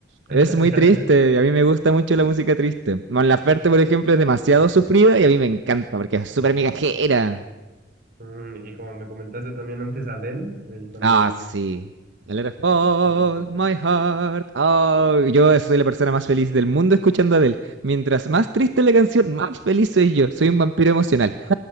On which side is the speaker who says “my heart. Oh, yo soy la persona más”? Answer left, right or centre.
Right